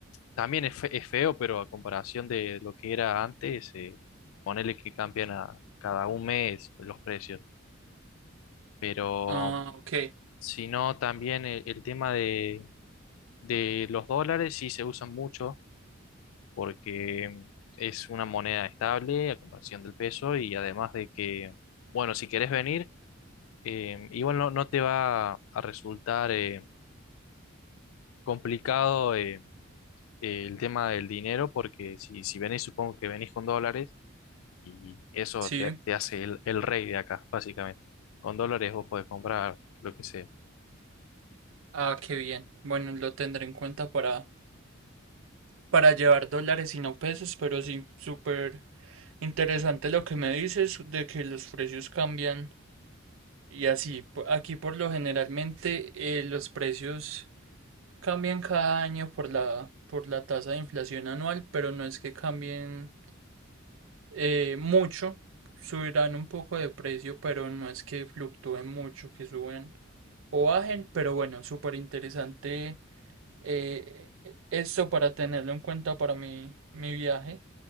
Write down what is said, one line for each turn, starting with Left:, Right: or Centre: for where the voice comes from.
Left: también es, fe- es feo, pero a comparación de lo que era antes, eh, ponele que cambian a cada un mes los precios, pero
Right: Ah, ok,
Left: si no, también el el tema de de los dólares sí se usan mucho porque es una moneda estable a comparación del peso y además de que, bueno, si querés venir, eh, igual no, no te va a resultar eh, complicado eh, el tema del dinero porque si, si venís, supongo que venís con dólares y eso
Right: sí.
Left: te, te hace el, el rey de acá, básicamente. Con dólares vos podés comprar lo que sea.
Right: Ah, qué bien. Bueno, lo tendré en cuenta para, para llevar dólares y no pesos, pero sí, súper interesante lo que me dices de que los precios cambian Y así, po- aquí por lo generalmente eh, los precios cambian cada año por la, por la tasa de inflación anual, pero no es que cambien eh, mucho, subirán un poco de precio, pero no es que fluctúen mucho, que suben o bajen, pero bueno, súper interesante eh, esto para tenerlo en cuenta para mi, mi viaje.